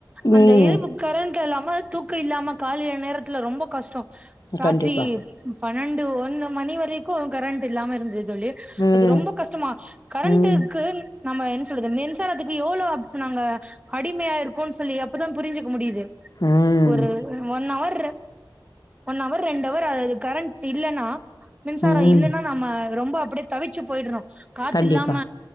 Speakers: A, on the right (about 15°); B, on the left (about 55°).
A: அந்த
B: ம்.
A: இரவு கரண்ட் எல்லாம் ம தூக்க இல்லாம காலையில நேரத்துல ரொம்ப கஸ்டோ ராத்திரி
B: கண்டிப்பா.
A: பன்னெண்டு ஒன்னு மணி வரைக்கு கரண்ட் இல்லாம இருந்தது தோழி
B: ம்.
A: அது ரொம்ப கஷ்டமா கரண்ட்டுக்கு
B: ம்.
A: நம்ம என்ஸ் சொல்றது மின்சாரத்துக்கு எவ்ளோ அப் நாங்க அடிமையா இருக்கோனு சொல்லி அப்பதா புரிஞ்சுக்க முடியுது
B: ம்.
A: ஒரு ஒன் அவர் ஒன் அவர் ரெண்டு அவர் அது கரண்ட் இல்லன்னா மின்சார
B: ம்.
A: இல்லன்னா நம்ம ரொம்ப அப்டியே தவிச்சு போயி்ட்றோ காத்து
B: கண்டிப்பா.
A: இல்லாம